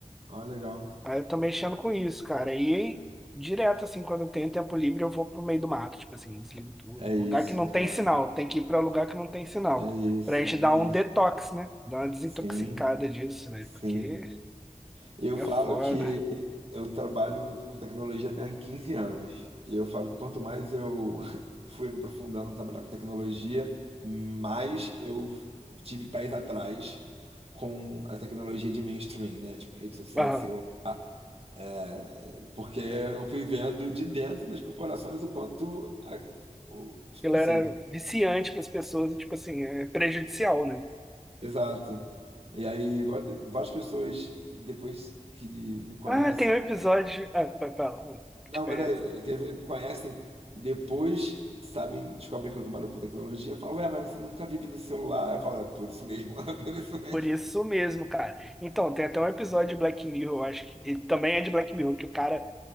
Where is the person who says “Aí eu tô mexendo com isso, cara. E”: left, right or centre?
Centre